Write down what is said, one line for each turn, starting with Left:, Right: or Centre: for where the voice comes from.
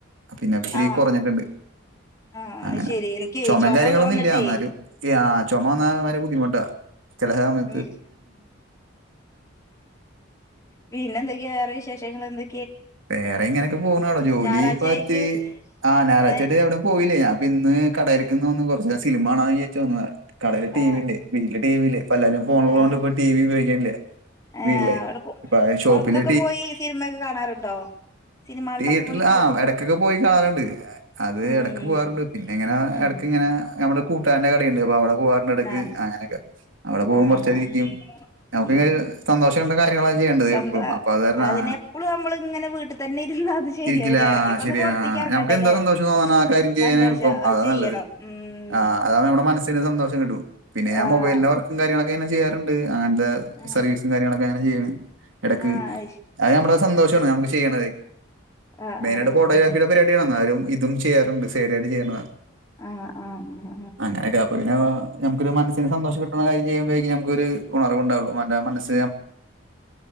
Right: പിന്നെ ഇത്തിരി
Left: ആ ആ
Right: കുറഞ്ഞിട്ടുണ്ട്.
Left: ആ
Right: അങ്ങനെ,
Left: ശരി എനിക്ക്
Right: ചുമയും
Left: ചുമ
Right: കാര്യങ്ങളൊന്നും
Left: വന്നിട്ടേ
Right: ഇല്ല. എന്നാലും ആഹ് ചുമ വന്നാ വളരെ ബുദ്ധിമുട്ടാ ചെല സമയ
Left: ഉം, പിന്നെ എന്തൊക്കെയാ വേറെ വിശേഷങ്ങൾ എന്തൊ?
Right: വേറെ ഇങ്ങനെയൊക്കെ പോണുള്ളു, ജോലിപ്പോത്തിരി
Left: ഞായറാഴ്ച ആയിട്ട്
Right: ആഹ്, ഞായറാഴ്ച്ചയായിട്ട്
Left: ഏ
Right: എവിടെ പോയില്ല, ഞാൻ ഇപ്പൊ ഇന്ന് കടയിടക്ക്ന്ന് വന്ന് കുറച്ച് നേരം സിൽമാണാന്ന്‌ വിചാരിച്ച് വന്നതാ. കടയില് ടി
Left: ആ
Right: വി ഉണ്ട്. വീട്ടില് ടി വി ഇല്ല, ഇപ്പോ എല്ലരും ഫോണുള്ളത്
Left: ആ
Right: കൊണ്ട് ഇപ്പോ ടി വി ഉപയോഗിക്കണില്ല.
Left: ഏ..
Right: വീട്ടിലേ.
Left: അവിടെ
Right: ഇപ്പൊ ഷോപ്പില്
Left: പൊറത്തൊക്കെ പോയി സിനിമയൊക്കെ കാണാറുണ്ടോ? സിനിമകളിലൊക്കെ
Right: തീയേറ്ററില്
Left: പോയിട്ട്
Right: ആഹ് ഇടക്കൊക്കെ പോയി കാണാറുണ്ട്. അത്
Left: ഉം
Right: ഇടക്ക്
Left: ഉം
Right: പോകാറുണ്ട് പിന്നെ ഇങ്ങനെ
Left: ഉം
Right: ഇടക്ക് ഇങ്ങനെ നമ്മുടെ കൂട്ടുകാരന്റെ കടയുണ്ട്, അപ്പൊ അവിടെ പോവാറുണ്ട് ഇടക്ക്,
Left: ആഹ്
Right: അങ്ങനെയൊക്കെ അവിടെ പോകും
Left: ആഹ്
Right: കുറച്ച് നേരം ഇരിക്കും. നമുക്ക്
Left: ഉം
Right: ഇങ്ങനെ സന്തോഷാവണ്ട കാര്യങ്ങളൊക്കെ ചെയ്യേണ്ടേ'
Left: സ്വന്ത
Right: <unintelligible> 'അപ്പൊ അത് കാരണാണ്
Left: അതിനെപ്പളും
Right: അങ്ങനെ
Left: നമ്മള് ഇങ്ങനെ വീട്ടിൽ തന്നെ ഇരുന്നാ അത് ശരിയാവില്ല,
Right: ഇരിക്കില്ല. ആഹ്
Left: ഇടക്കൊക്കെ
Right: ശരിയാ.
Left: ഒന്ന് പുറത്തേക്ക് ഇറങ്ങണ്ടല്ലേ
Right: നമുക്ക് എന്താ സന്തോഷം തോന്നുന്നത് ആ കാര്യം ചെയ്യാനാ
Left: സന്തോഷ
Right: എളുപ്പം.
Left: അത്
Right: അതാ
Left: ചെയ്യണം.
Right: നല്ലത്.
Left: ഉം
Right: ആഹ് അതാവുമ്പോ നമ്മുടെ മനസ്സിന് സന്തോം കിട്ടും പിന്നെ ആ
Left: ആഹ്
Right: മൊബൈല് വർക്കും കാര്യങ്ങളൊക്കെങ്ങെ ചെയാുണ്ട് അങ്ങനത്തെ
Left: ആഹ്
Right: സർവീസും കാര്യങ്ങളക്കെ- ചെയ്യടക്ക്
Left: ആഹ്
Right: അ നമ്മുടെ സന്തോഷം നുക്ക് ചെയ്യ
Left: ആഹ്
Right: മെയിനായിട്ട്
Left: ആഹ് ആഹ്
Right: ഫോട്ടോഗ്രാഫിയുടെ പരിപാടി ആണ് ന്നാലും. ഇതും ചെയ്യാറുണ്ട് സൈഡായിട്ട് ചെയ്യണ
Left: ആഹ് ആഹ് ആഹ്
Right: അങ്ങനെയൊക്കെ അപ്പ ഇനെ- നമുക്ക് ഒരു മനസിന് സന്തോഷം കിട്ട്ണ കാര്യം ചെയ്യുമ്പോഴേക്ക് നമുക്ക് ഉണർവ് ണ്ടാവു